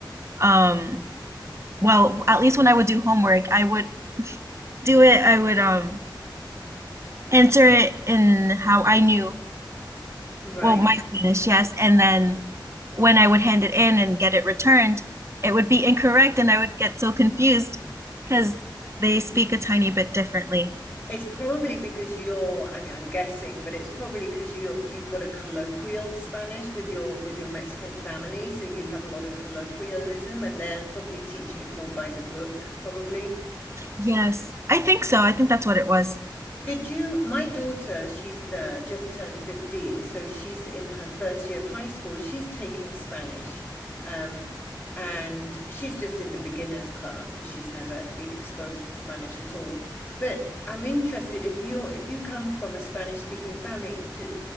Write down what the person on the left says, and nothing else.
Right.
It's probably because you're, I mean, I'm guessing, but it's probably because you you've got a colloquial Spanish with your with your Mexican family, so you have a lot of colloquialism, and they're probably teaching it more by the book, probably.
Did you, my daughter, she's uh, just turned 15, so she's in her first year of high school. She's taking Spanish, um, and she's just in the beginners class because she's never been exposed to Spanish at all. But I'm interested if you're if you come from a Spanish speaking family, d